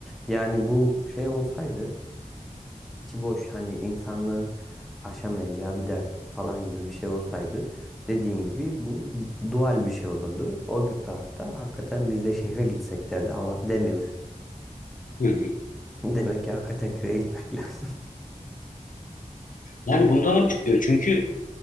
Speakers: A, in the centre; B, on the left.
A: yani bu şey olsaydı içi boş hani insanlığın aşamayacağı bir dert falan gibi bir şey olsaydı dediğin gibi bu dual bir şey olurdu. O bir tarafta hakikaten biz de şehre gitsek derdi ama demiyor.
B: Hı hı.
A: <laughs> Demek ki hakikaten köye gitmek <laughs> lazım.
B: Yani
A: Hmm.
B: bundan o çıkıyor. Çünkü